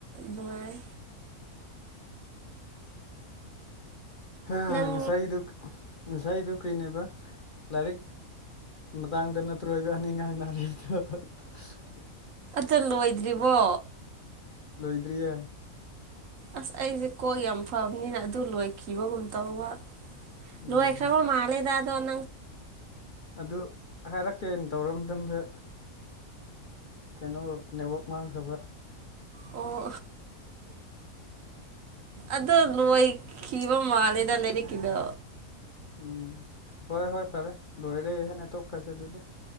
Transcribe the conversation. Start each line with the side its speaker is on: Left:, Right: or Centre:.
Right: ꯉꯥꯏ
Left: ꯍꯥ
Right: ꯅꯪ
Left: ꯁꯍꯤꯗꯨꯛ ꯉꯁꯥꯏꯗꯨ ꯀ꯭ꯔꯤꯅꯦꯕ ꯂꯥꯏꯔꯤꯛ ꯃꯇꯥꯡꯗ ꯅꯠꯇ꯭ꯔꯣꯏꯕ ꯑꯅꯤ ꯉꯥꯡ ꯅꯥꯔꯤ <unintelligible>
Right: ꯇꯜ ꯂꯨ ꯑꯣꯏꯣꯏꯗ꯭ꯔꯤꯕꯣ
Left: ꯂꯣꯏꯗ꯭ꯔꯤꯌꯦ
Right: ꯑꯁ ꯑꯩꯁꯦ ꯀꯣꯛ ꯌꯥꯝ ꯐꯕꯅꯤꯅ ꯑꯗꯨ ꯂꯣꯏꯈꯤꯕꯒꯨꯝ ꯇꯧꯕ
Left: ꯎꯝ
Right: ꯂꯣꯏ ꯑꯦꯛ꯭ꯔ ꯃꯥꯂꯦꯗꯗꯣꯪ
Left: ꯑꯗꯨ ꯍꯥꯏꯔꯛꯀꯦꯅ ꯇꯧꯔ ꯃꯇꯝꯗ ꯀꯩꯅꯣ ꯅꯦꯠꯋꯥꯛ ꯃꯥꯡꯈ꯭ꯔꯕ
Right: ꯑꯣ ꯑꯗꯣ ꯅꯣꯏ ꯈꯤꯕ ꯃꯥꯂꯦꯗ ꯂꯩꯗꯤ ꯀꯗ
Left: ꯎꯝ ꯍꯣꯏ ꯍꯣꯏ ꯐꯔꯦ ꯂꯣꯏꯔꯦ ꯍꯦꯟꯅ ꯇꯣꯛꯈ꯭ꯔꯁꯦ ꯑꯗꯨꯗꯤ